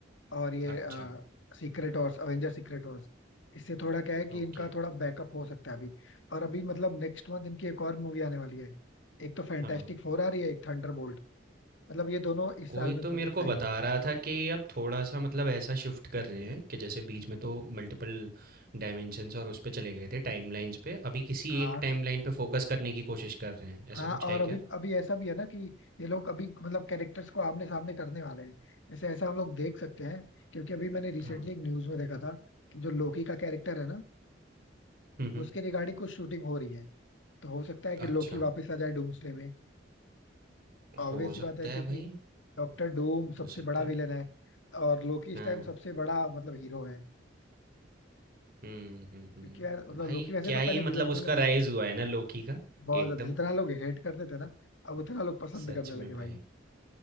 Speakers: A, on the left (about 80°); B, on the right (about 50°).
A: और ये
B: अच्छा
A: Secret Wars Avenger Secret Wars इससे थोड़ा क्या है कि
B: ओके
A: इनका थोड़ा बैकअप हो सकता है अभी और अभी मतलब नेक्स्ट मंथ इनकी एक और मूवी आने वाली है एक तो फैंटास्टिक
B: हाँ
A: फोर आ रही है एक थंडरबोल्ट मतलब ये दोनों इस
B: कोई
A: साल में
B: तो
A: प्रोजेक्ट्स
B: मेरे को
A: आएंगे
B: बता रहा था कि अब थोड़ा सा मतलब ऐसा शिफ्ट कर रहे हैं कि जैसे बीच में तो मल्टीपल डायमेंशंस और उस पे चले गए थे टाइमलाइंस पे अभी किसी
A: हाँ
B: एक टाइमलाइन पे फोकस करने की कोशिश कर रहे हैं ऐसा
A: हाँ
B: कुछ
A: और
B: है
A: अभी
B: क्या
A: अभी ऐसा भी है ना कि ये लोग अभी मतलब कैरेक्टर्स को आमने सामने करने वाले हैं ऐसे ऐसा हम लोग देख सकते हैं क्योंकि अभी मैंने रिसेंटली
B: हाँ
A: एक न्यूज में देखा था कि जो लोकी का कैरेक्टर है ना
B: हम्म हम्म
A: उसके रिगार्डिंग कुछ शूटिंग हो रही है तो हो सकता है कि
B: अच्छा
A: लोकी वापस आ जाए डूम्सडे में ऑब्वियस
B: हो सकता
A: सी बात है
B: है
A: क्योंकि
B: भाई
A: डॉक्टर डूम
B: हो
A: सबसे
B: सकता
A: बड़ा
B: है
A: विलन है और लोकी इस
B: हाँ
A: टाइम सबसे बड़ा मतलब हीरो है
B: हम्म हम्म हम्म
A: क्योंकि यार मतलब
B: भाई
A: लोकी वैसे
B: क्या
A: तो पहले
B: ये मतलब
A: विलन
B: उसका
A: था लेकिन
B: राइज
A: अब
B: हुआ है ना लोकी का
A: बहुत
B: एकदम
A: ज्यादा- जितना लोग हेट करते थे ना अब उतना लोग पसंद
B: सच
A: करने
B: में
A: लगे
B: भाई
A: भाई